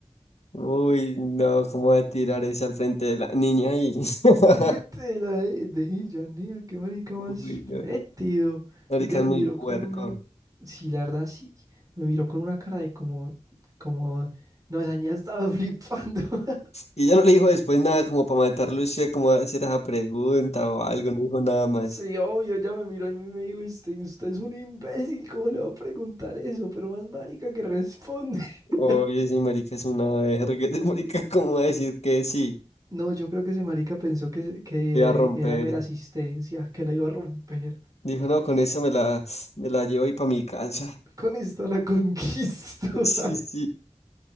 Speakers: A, on the left (about 70°); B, on the right (about 30°).
A: Uy, no, ¿cómo va a tirar eso al frente de la niña ahí? <laughs>
B: Al frente de la de, de ella, nea, qué marica más
A: Uy, no.
B: fétido.
A: Marica
B: Ella
A: es
B: me
A: muy
B: miró
A: puerco.
B: con una, sí, la verdad, sí, me miró con una cara de como, como, no, esa niña estaba flipando. <laughs>
A: Y ella no le dijo después nada como para matarlo usted, como a hacer esa pregunta o algo, no dijo nada más.
B: Sí, obvio, ella me miró y me me dijo, usted, usted es un imbécil, ¿cómo le va a preguntar eso? Pero más marica que responde. <laughs>
A: Oye, ese marica es una verga, <laughs> ese marica cómo va a decir que sí,
B: No, yo creo que ese marica pensó que, se- que
A: voy a romper.
B: era mera asistencia, que la iba a romper.
A: Dijo, no, con eso me la, me la llevo y para mi casa.
B: Con esta la conquisto.
A: <laughs> Sí,
B: <laughs>
A: sí.